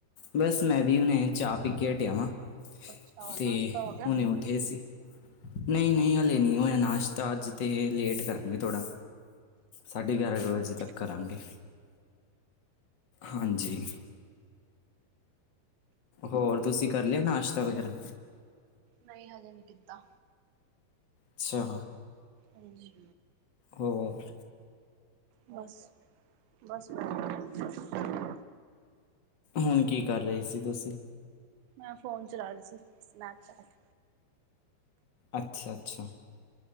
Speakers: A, on the left (about 70°); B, on the right (about 80°).
A: ਬਸ ਮੈਂ ਵੀ ਹੁਣੇ ਚਾਹ ਪੀ ਕੇ ਹਟਿਆ ਵਾਂ।
B: ਅੱਛਾ ਹੋਰ
A: ਤੇ
B: ਨਾਸ਼ਤਾ ਹੋ ਗਿਆ?
A: ਹੁਣੇ ਉਠਿਆ ਹੀ ਸੀ। ਨਹੀਂ -ਨਹੀਂ ਹਲੇੇ ਨਹੀਂ ਹੋਇਆ ਨਾਸ਼ਤਾ ਅੱਜ ਤਾਂ ਲੇਟ ਕਰਾਂਗੇ ਥੋੜ੍ਹਾ। ਸਾਢੇ ਗਿਆਰਾਂ ਕੁ
B: ਹੋਰ
A: ਵਜੇ ਤੱਕ ਕਰਾਂਗੇ। ਹਾਂਜੀ। ਹੋਰ ਤੁਸੀਂ ਕਰ ਲਿਆ ਨਾਸ਼ਤਾ ਵਗੈਰਾ?
B: ਨਹੀਂ ਹਜੇ ਨਹੀਂ ਕੀਤਾ।
A: ਅੱਛਾ।
B: ਹਾਂਜੀ।
A: ਹੋਰ?
B: ਬਸ- ਬਸ ਵਧੀਆ।
A: ਹੁਣ ਕੀ ਕਰ ਰਹੇ ਸੀ ਤੁਸੀਂ?
B: ਮੈਂ ਫੋਨ ਚਲਾ ਰਹੀ ਸੀ ਸਨੈਪਚੈਟ।
A: ਅੱਛਾ- ਅੱਛਾ।